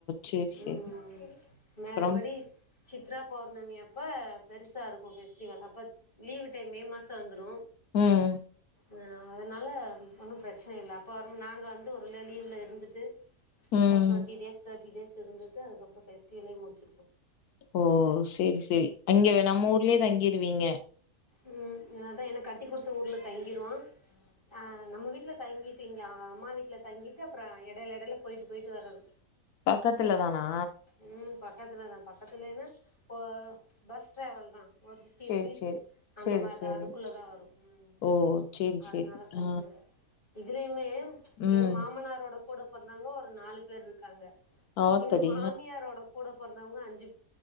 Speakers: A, on the left; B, on the left.
A: சேரி
B: உம்
A: சேரி
B: நேர
A: அப்றம்
B: படி சித்ரா பௌர்ணமி அப்ப பெருசா இருக்கு ஃபெஸ்டிவல் அப்ப லீவு டைம் மே மாச வந்துரு
A: உம்
B: ஆ அதனால ஒன்னும் பிரச்சன இல்ல அப்ப வரும் நாங்க வந்து ஒருநா லீவுல இருந்துட்டு
A: ம்.
B: ஒரு டொன்டி டேஸ் தேட்டி டேஸ் இருந்துட்டு அதுக்கப்றோ பெஸ்டிலே முடிச்சு
A: ஓ சேரி சேரி இங்க நம்ம ஊர்லயே தங்கிருவீங்க
B: உம் அதா என கட்டி குடுத்த ஊர்ல தங்கி ஆ நம்ம வீட்ல தங்கிட்டு இங்க அம்மா வீட்ல தங்கிட்டு அப்ற எடைல எடைல போயிட்டு போயிட்டு வர்றது
A: பக்கத்துல தானா
B: ம் பக்கத்துல தா பக்கத்துலன்னா இப்போ பஸ் டிராவல் தா ஒரு ஃபிப்டி
A: சரி,
B: ருபீஸ்
A: சரி.
B: அந்த
A: சரி,
B: மாரிதா
A: சரி.
B: அதுக்குள்ளதா வரு உம்
A: ஓ! சரி,
B: அதனால
A: சரி.
B: பிரச்சன
A: ஆ.
B: இல்ல இதுலயுமே
A: ம்.
B: எங்க மாமனாரோட கூட பொறந்தாங்கோ ஒரு நாலு பேர் இருக்காங்க
A: ஆத்தாடி!
B: எங்க மாமியாரோட கூடப் பொரந்தவங்க அஞ்சு